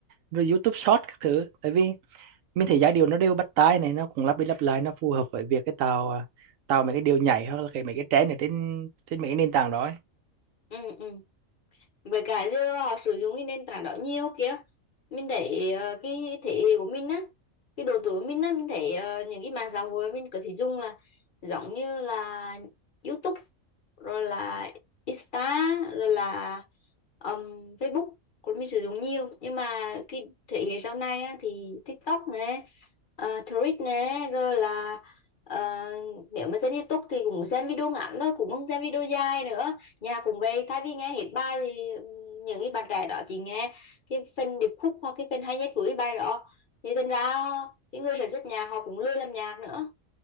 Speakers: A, on the right; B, on the left.
A: rồi YouTube Short các thứ tại vì mình thấy giai điệu nó đều bắt tai này nó cũng lặp đi lặp lại nó phù hợp với việc cái tạo à, tạo mấy cái điệu nhảy hoặc là cái mấy cái trend ở trên trên mấy cái nền tảng đó ấy.
B: ừ, ừ. với cả giờ họ sử dụng cái nền tảng đó nhiều kia mình thấy ờ, cái thế hệ của mình á cái độ tuổi của mình á mình thấy ờ, những cái mạng xã hội mình có thể dùng là giống như là YouTube rồi là Insta rồi là um, Facebook của mình sử dụng nhiều nhưng mà cái thế hệ sau này á, thì TikTok nè uh, Threads nè rồi là ờ, nếu mà xem YouTube thì cũng xem video ngắn thôi cũng không xem video dài nữa nhà cũng vậy thay vì nghe hết bài thì ừ, những cái bạn trẻ đó chỉ nghe cái phần điệp khúc hoặc cái phần hay nhất của cái bài đó thì thành ra cái người sản xuất nhạc họ cũng lười làm nhạc nữa